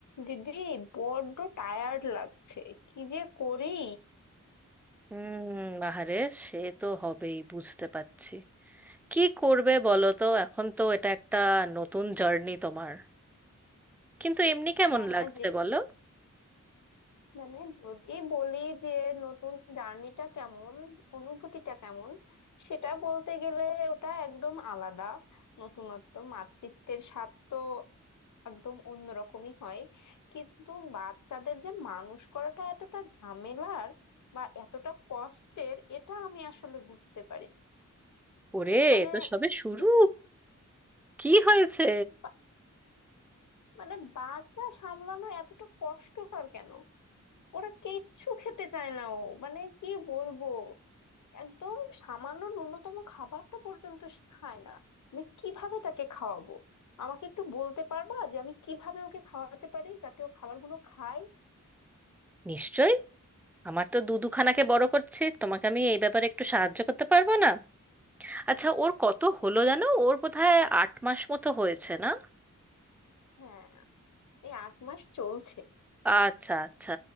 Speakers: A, on the left; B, in the centre.
A: দিদি বড্ড টায়ার্ড লাগছে কি যে করি
B: হুম বাহারে সে তো হবেই বুঝতে পারছি কি করবে বলো তো এখন তো এটা একটা নতুন জার্নি তোমার কিন্তু এমনি কেমন
A: হ্যাঁ
B: লাগছে
A: যে
B: বলো
A: মানে যদি বলি যে নতুন জার্নিটা কেমন অনুভূতিটা কেমন সেটা বলতে গেলে ওটা একদম আলাদা নতুনত্ব মাতৃত্বের স্বাদ তো একদম অন্যরকমই হয় কিন্তু বাচ্চাদের যে মানুষ করাটা এতটা ঝামেলার বা এতটা কষ্টের এটা আমি আসলে বুঝতে পারি
B: ওরে
A: মানে
B: এ তো সবে শুরু
A: কি-
B: কি হয়েছে
A: বা- মানে বাচ্চা সামলানো এতটা কষ্টকর কেন ওরা কিচ্ছু খেতে চায় না ও মানে কি বলবো একদম সামান্য ন্যূনতম খাবারটা পর্যন্ত সে খায় না আমি কিভাবে তাকে খাওয়াবো আমাকে একটু বলতে পারবা যে আমি কিভাবে ওকে খাওয়াতে পারি যাতে ও খাবারগুলো খায়
B: নিশ্চয়ই আমার তো দু দুখানাকে বড় করছে তোমাকে আমি এই ব্যাপারে একটু সাহায্য করতে পারবো না আচ্ছা ওর কত হলো জানো ওর বোধহয় আট মাস মতো হয়েছে না
A: হ্যাঁ এই আট মাস চলছে
B: আচ্ছা আচ্ছা